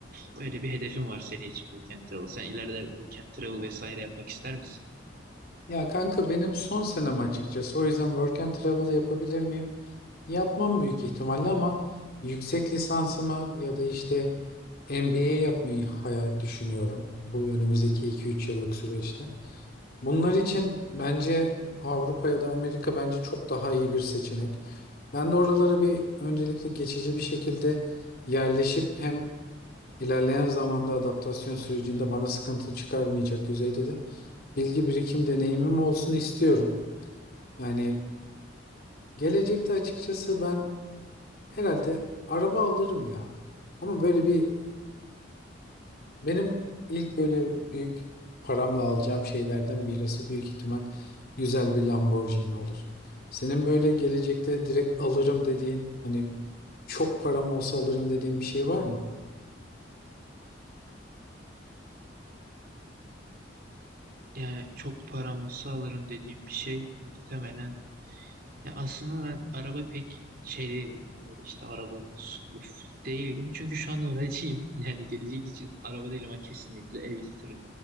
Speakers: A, on the right; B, on the left.
A: Öyle bir hedefim var senin için Work and Travel. Sen ileride Work and Travel vesaire yapmak ister misin?
B: Ya kanka benim son senem açıkçası. O yüzden work and travel yapabilir miyim? Yapmam büyük ihtimalle ama yüksek lisansımı ya da işte MBA yapmayı hayal düşünüyorum. Bu önümüzdeki 2-3 yıllık süreçte. Bunlar için bence Avrupa ya da Amerika bence çok daha iyi bir seçenek. Ben de oralara bir öncelikle geçici bir şekilde yerleşip hem ilerleyen zamanda adaptasyon sürecinde bana sıkıntı çıkarmayacak düzeyde de bilgi birikim deneyimim olsun istiyorum. Yani gelecekte açıkçası ben herhalde araba alırım ya. Ama böyle bir benim ilk böyle büyük paramla alacağım şeylerden birisi büyük ihtimal güzel bir Lamborghini olur. Senin böyle gelecekte direkt alırım dediğin hani çok param olsa alırım dediğin bir şey var mı?
A: Yani çok param olsa alırım dediğim bir şey muhtemelen. Ya aslında ben araba pek şey değilim ya böyle işte arabam olsun uf değilim. Çünkü şu an öğrenciyim. <laughs> Yani gelecek için araba değil ama kesinlikle ev isterim.